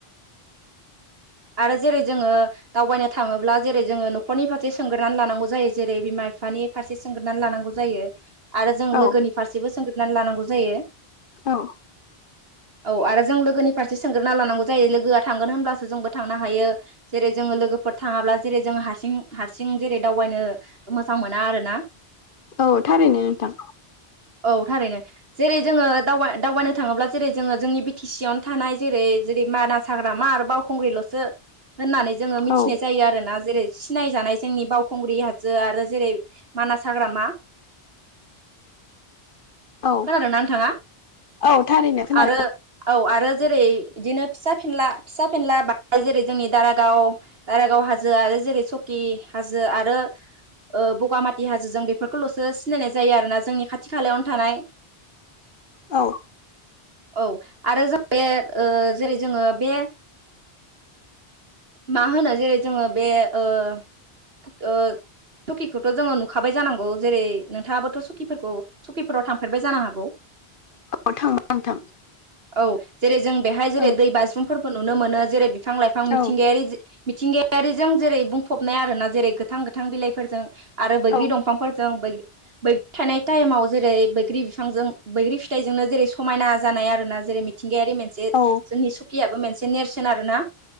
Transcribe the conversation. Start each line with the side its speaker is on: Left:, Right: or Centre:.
Right: आरो जेरै जोंङो दावबायनो थांङोब्ला जेरै जोंङो न'खरनि फारसे सोंग्रोना लानांगौ जायो जेरै बिमा बिफानि फारसे सोंग्रोना लानांगौ जायो आरो जों
Left: औ
Right: लोगोनि फारसेबो सोंग्रोनानै लानांगौ जायो।
Left: औ
Right: औ आरो जों लोगोनि फारसे सोंग्रोना लानांगौ जायो लोगोआ थांगोन होनब्लासो जोंबो थांनो हायो। जेरै जोंङो लोगोफोर थांङाब्ला जेरै जोंङो हारसिं हारसिं जेरै दावबायनो मोजां मोना आरो ना
Left: औ थारैनो नोंथां
Right: औ थारैनो जेरै जोंङो दावबा दावबायनो थांङोब्ला जेरै जोंङो जोंनि बि टि सि आवनो थानाय जेरै जेरै मानास हाग्रामा आरो बावखुंग्रिल'सो होननानै जोंङो मिथिनाय
Left: औ
Right: जायो आरो ना जेरै सिनायजानाय जोंनि बावखुंग्रि जो आरो जेरै मानास हाग्रामा
Left: औ
Right: खोनादोंना नोंथांङा?
Left: औ थारैनो खोनादों
Right: आरो औ आरो आरो जेरै बिदिनो फिसा फेनला फिसा फेनला बाय जेरै जोंनि दारागाव दारागाव हाजोआ आरो जेरै चकि हाजो आरो ओ ब'गामाथि हाजोजों बेफोरखौ ल'सो सिनाय जायो आरो ना जोंनि खाथि खालायावनो थानाय
Left: औ
Right: औ आरो जों बे ओ जेरै जोंङो बे मा होनो जेरै जोंङो बे ओ सुकिखौथ' जोङो नुखाबाय जानांगौ जेरै नोंथाङाबोथ' सखिफोरखौ सखिफोराव थांफेरबाय जानो हागौ
Left: औ थांबाय नोंथां
Right: औ जेरै जों बेहाय जेरै
Left: औ
Right: दै बाज्रुमफोरबो नुनो मोनो जेरै बिफां लाइफां मिथिंगायारि
Left: औ
Right: मिथिंगायारिजों जेरै बुंफबनाय आरो ना जेरै गोथां गोथां बिलाइफोरजों आरो बैग्रि
Left: औ
Right: दंफांफोरजों बैग्रि बैग्रि थानाय टाइमाव जेरै बैग्रि बिफांजों बैग्रि फिथाइजोंनो जेरै समायना जानाय आरोना जेरै मिथिंगायारि मोनसे
Left: औ
Right: जोंनि सुखियाबो मोनसे नेरसोन आरो ना?